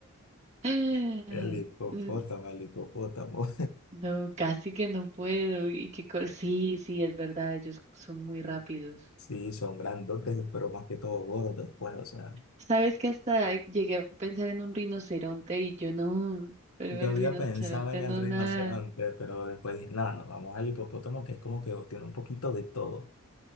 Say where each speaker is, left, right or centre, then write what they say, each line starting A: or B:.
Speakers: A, on the right; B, on the left.
A: <gasps>
B: <laughs> el hipopótamo,
A: <sighs> Mm,
B: el hipopótamo.
A: No, casi que no puedo, y que cor- sí, sí, es verdad, ellos son muy rápidos.
B: Sí, son grandotes, pero más que todo gordos, después o sea.
A: Sabes que hasta llegué a pensar en un rinoceronte y yo no, pero
B: Yo
A: el
B: había
A: rinoceronte
B: pensado en el
A: no
B: rinoceronte,
A: nada.
B: pero después dije, no, nos vamos al hipopótamo, que es como que tiene un poquito de todo.